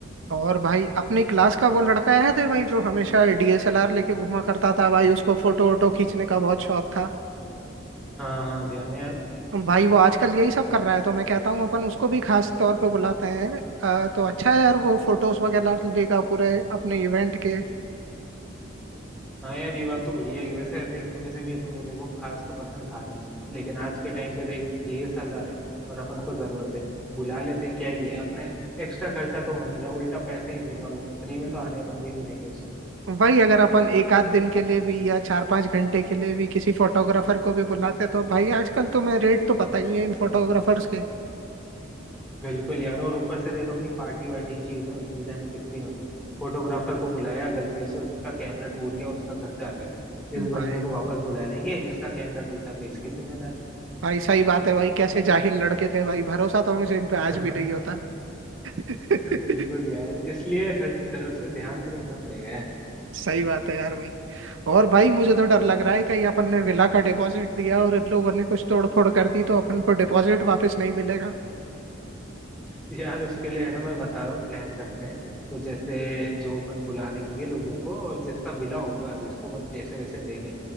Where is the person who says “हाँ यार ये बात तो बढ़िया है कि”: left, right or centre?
Centre